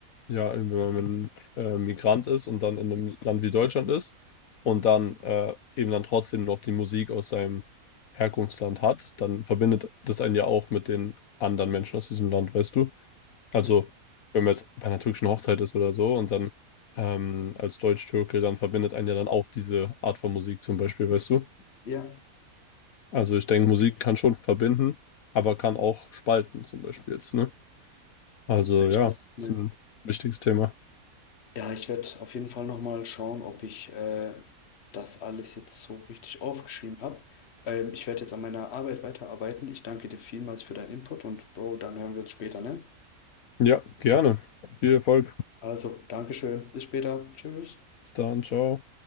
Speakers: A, on the left; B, on the left.
A: ja, wenn man äh, Migrant ist und dann in einem Land wie Deutschland ist und dann äh, eben dann trotzdem noch die Musik aus seinem Herkunftsland hat, dann verbindet das einen ja auch mit den anderen Menschen aus diesem Land, weißt du? Also,
B: Mhm.
A: wenn man jetzt bei einer türkischen Hochzeit ist oder so und dann ähm, als Deutsch-Türke, dann verbindet einen ja dann auch diese Art von Musik zum Beispiel, weißt du?
B: Ja,
A: Also ich denke, Musik kann schon verbinden, aber kann auch spalten zum Beispiel jetzt, ne? Also
B: ich
A: ja,
B: weiß, was du
A: ist
B: meinst.
A: ein wichtiges Thema.
B: Ja, ich werde auf jeden Fall nochmal schauen, ob ich äh, das alles jetzt so richtig aufgeschrieben habe. Ähm, ich werde jetzt an meiner Arbeit weiterarbeiten. Ich danke dir vielmals für deinen Input und Bro, dann hören wir uns später, ne?
A: Ja, gerne. Viel Erfolg.
B: Also, Dankeschön. Bis später. Tschüss.
A: Bis dann, ciao.